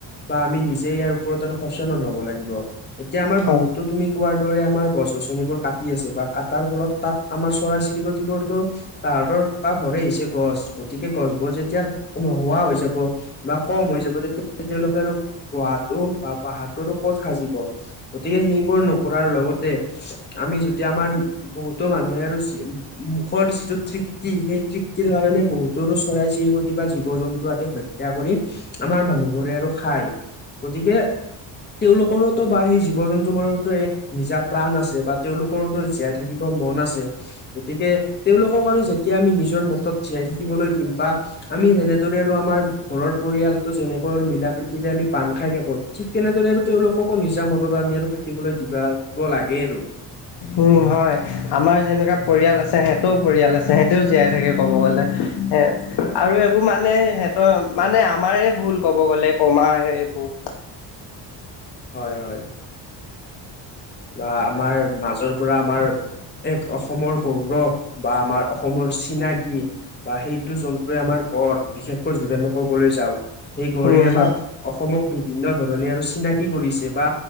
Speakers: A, on the left (about 25°); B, on the left (about 65°).
A: বা আমি নিজে ইয়াৰ ওপৰত আৰু সচেতন হ'ব লাগিব। এতিয়া আমাৰ
B: হয়
A: বহুতো তুমি কোৱাৰ দৰে আমাৰ গছ-গছনিবোৰ কাটি আছে বা কাটাৰ ফলত তাত আমাৰ চৰাই-চিৰিকটিবোৰতো তাহাঁতৰ থকা ঘৰেই আহি হৈছে গছ গতিকে গছবোৰ যেতিয়া নোহোৱা হৈ যাব বা কম হৈ যাব তেতিয়া তেওঁলোকে আৰু গোহাটো বা বাহাটো আৰু ক'ত সাজিব! গতিকে সেইবোৰ নকৰাৰ লগতে আমি যদি আমাৰ বহুতো মানুহে আৰু যি মুখৰ যিটো তৃপ্তি সেই তৃপ্তিৰ কাৰণে বহুতৰো চৰাই-চিৰিক টি বা জীৱ-জন্তু আদি হত্যা কৰি আমাৰ মানুহবোৰে আৰু খায়। গতিকে তেওঁলোকৰোতো বা সেই জীৱ-জন্তু বোৰোতো এক নিজা প্ৰাণ আছে বা তেওঁলোকৰোতো জীয়াই থাকিব মন আছে। গতিকে তেওঁলোকক আৰু যেতিয়া আমি নিজৰ মতত জীয়াই থাকিবলৈ দিম বা আমি যেনেদৰে আৰু আমাৰ ঘৰৰ পৰিয়ালটো যেনেকৈ আৰু মিলা প্ৰীতিৰে আমি বান্ধ খাই থাকো ঠিক তেনেদৰে আৰু তেওঁলোককো নিজামতত আমি আৰু থাকিবলৈ দিবা দিব লাগে আৰু
B: উম হয়। আমাৰ যেনেকুৱা পৰিয়াল আছে, সিহঁতেও পৰিয়াল আছে সিহঁতেও জীয়াই থাকে কব গলে, এ
A: হয়
B: আৰু এইবোৰ মানে, সিহঁতৰ মানে আমাৰে ভুল কব গলে কমাৰ এইবোৰ
A: হয় হয়। বা আমাৰ মাজৰ পৰা আমাৰ এক অসমৰ গৌৰৱ, বা আমাৰ অসমৰ চিনাকি। বা সেইটো জন্তুৱে আমাৰ গড়, বিশেষকৈ যোনে সকললৈ যাওঁক, সেই গড়ে
B: উম
A: আমাক
B: হয়
A: অসমক বিভিন্ন ধৰণে আৰু চিনাকি কৰিছে বা